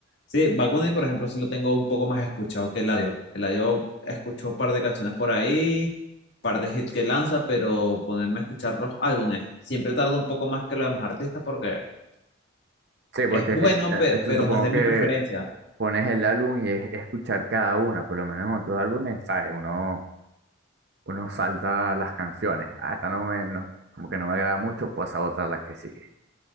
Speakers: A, on the left; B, on the right.
A: Sí, Bad Bunny, por ejemplo, sí lo tengo un poco más escuchado que Eladio. Eladio escuchó un par de canciones por ahí, par de hits que lanza, pero ponerme a escuchar los álbumes siempre tarda un poco más que los demás artistas porque
B: Sí, porque
A: es bueno,
B: aquí, eh,
A: pe-
B: esto
A: pero
B: supongo
A: no es de mi
B: que
A: preferencia.
B: pones el álbum y es escuchar cada una, por lo menos en otros álbumes, ¿sabes? Uno, uno salta las canciones, ah, esta no me, no- como que no me agrada mucho, pasa otra a la que sigue.